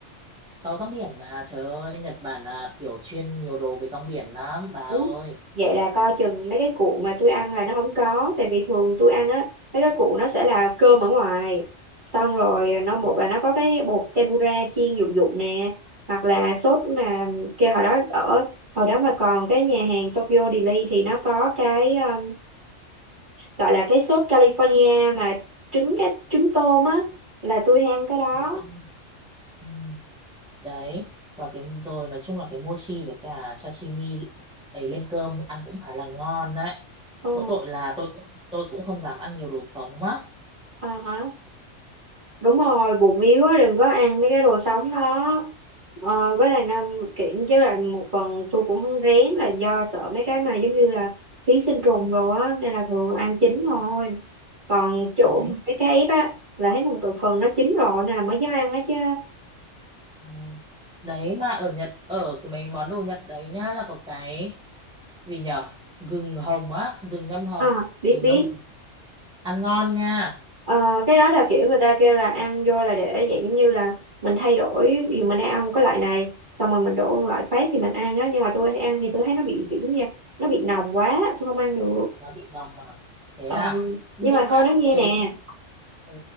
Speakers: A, in the centre; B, on the right.
A: có rong biển mà trời ơi Nhật Bản là kiểu chuyên nhiều đồ về rong biển lắm bà
B: Ủa?
A: ơi
B: Vậy là coi chừng mấy cái cuộn mà tôi ăn là nó không có Tại vì thường tôi ăn á Mấy cái cuộn nó sẽ là cơm ở ngoài Xong rồi nó
A: à,
B: một là nó có cái bột tempura chiên dụng dụng nè Hoặc là sốt mà kia hồi đó ở Hồi đó mà còn cái nhà hàng Tokyo Deli Thì nó có cái um, gọi là cái sốt California Mà trứng cái trứng tôm á Là tôi ham cái đó
A: ừ, xong, ừ. đấy và cái rồi nói chung là cái mochi với cả sashimi ấy lên cơm ăn cũng khá là ngon đấy
B: Ừ,
A: mỗi tội là tôi cũng tôi cũng không dám ăn nhiều đồ sống á
B: ờ hả? đúng rồi bụng yếu á đừng có ăn mấy cái đồ sống đó ờ, với lại năm kiện với lại một phần tôi cũng rén là do sợ mấy cái mà giống như là ký sinh trùng rồi á nên là thường ăn chín thôi
A: Ừ.
B: còn chỗ
A: đấy
B: mà cái cá ép á là thấy một phần nó chín rồi nên là mới dám ăn đó chứ
A: à, đấy mà ở Nhật ở cái mấy món đồ Nhật đấy nhá là có cái gì nhở gừng hồng á gừng ngâm hồng
B: à, biết
A: gừng
B: biết
A: ngâm hồng ăn ngon nha
B: Ờ, cái đó là kiểu người ta kêu là ăn vô là để dạng giống như là mình thay đổi dù mình đang ăn cái loại này xong rồi mình đổ một loại khác thì mình ăn á nhưng mà tôi thấy ăn thì tôi thấy nó bị kiểu giống như là nó bị nồng quá tôi không ăn được
A: nó bị nồng mà thế
B: Ừ,
A: à nhưng
B: nhưng mà
A: mà
B: thôi nói nghe
A: thế
B: nè
A: thì- ừ,